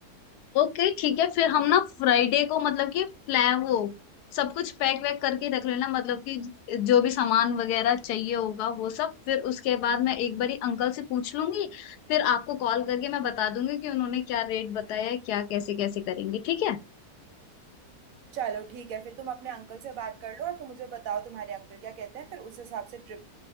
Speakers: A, on the left; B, on the right.
A: ओके ठीक है फिर हम ना फ्राइडे को मतलब कि प्लान वो सब कुछ पैक वैक करके रख लेना मतलब कि जो भी सामान वगैरह चाहिए होगा वो सब फिर उसके बाद मैं एक बारी अंकल से पूछ लूंगी फिर आपको कॉल करके मैं बता दूंगी कि उन्होंने क्या रेट बताया है क्या कैसे कैसे करेंगे ठीक है
B: चलो ठीक है फिर तुम अपने अंकल से बात कर लो और फिर मुझे बताओ तुम्हारे अंकल क्या कहते हैं फिर उस हिसाब से ट्रिप